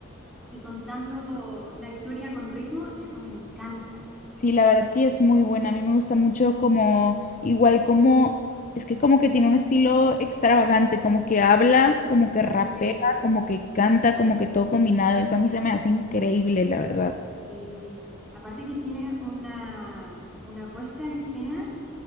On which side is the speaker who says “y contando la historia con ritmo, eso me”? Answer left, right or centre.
Centre